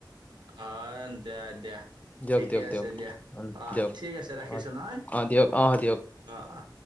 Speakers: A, on the right (about 70°); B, on the left (about 20°).
A: অ', দিয়া, দিয়া।
B: দিয়ক
A: ঠিকেই
B: দিয়ক
A: আছে
B: দিয়ক
A: দিয়া।
B: উম,
A: অহ,
B: দিয়ক
A: ঠিক আছে। ৰাখিছোঁ
B: হয়।
A: নহয়।
B: অ' দিয়ক অ' দিয়ক।
A: অ', অ'।